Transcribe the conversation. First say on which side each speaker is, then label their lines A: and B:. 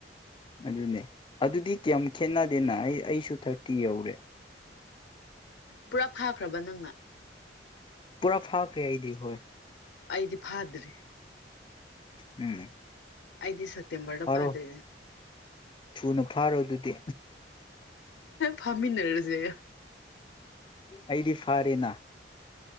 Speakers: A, on the left; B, on the left.
A: ꯑꯗꯨꯅꯦ ꯑꯗꯨꯗꯤ ꯀꯌꯥꯝ ꯈꯦꯠꯅꯗꯦꯅ ꯑꯩ ꯑꯩꯁꯨ ꯊꯥꯔꯇꯤ ꯌꯧꯔꯦ
B: ꯄꯨꯔꯥ ꯐꯥꯈ꯭ꯔꯕ ꯅꯪꯅ
A: ꯄꯨꯔꯥ ꯐꯥꯈ꯭ꯔꯦ ꯑꯩꯗꯤ ꯍꯣꯏ
B: ꯑꯩꯗꯤ ꯐꯥꯗ꯭ꯔꯤ
A: ꯎꯝ
B: ꯑꯩꯗꯤ ꯁꯀꯤꯦ ꯐꯇꯕꯣ
A: ꯐꯥꯔꯣ
B: ꯐꯥꯗꯦ
A: ꯊꯨꯅ ꯐꯥꯔꯣ ꯑꯗꯨꯗꯤ
B: ꯐꯥꯃꯤꯟꯅꯔꯁꯦ
A: ꯑꯩꯗꯤ ꯐꯔꯤꯅ